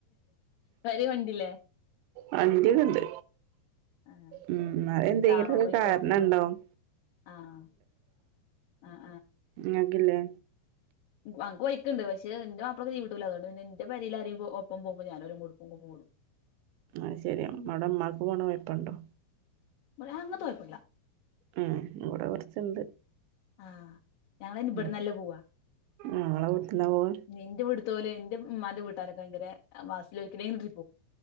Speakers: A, on the left; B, on the right.
A: പെരേ വണ്ടില്ലേ
B: വണ്ടിയൊക്കെണ്ട്
A: ആഹ്
B: ഉം അതെന്തെങ്കിലും
A: കാറോ
B: ഒരു
A: ബൈക്കോ
B: കാരണം ഉണ്ടാവും
A: ആഹ് ആഹ്
B: നിങ്ങൾക്കില്ലേ
A: അ ഞങ്ങൾക്ക് ബൈക്ക് ണ്ട് പക്ഷേ ഇൻ്റെ മാപ്പളക്ക് ലീവ ട്ടൂലാ അതോണ്ട് പിന്നെ ഇൻ്റെ പെരയില്ആരെങ്കിലും ഒപ്പം പോവുമ്പോ ഞാൻ ഓലപ്പം കൂടെ പോവും
B: ആഹ ശെരി അമ്മടെ അമ്മാക്ക് പോണോണ്ട് കൊയ പൊണ്ടേ
A: ഇവിടെഅങ്ങനത്തെ കുഴപ്പമില്ല
B: ഉം ഇവിടെ കൊറച്ച്ണ്ട്
A: ആഹ ഞങ്ങള ഇവിടന്നല്ല
B: ഉം
A: പോവാ
B: ഞങ്ങളെ വീട്ട്ന്നാ പോവ
A: എൻ്റെ വീട്ട്ത്തോല് ഇൻ്റെ ഇമ്മാൻ്റെ വീട്ടാരക്കെ ഭയങ്കര വാസ <unintelligible>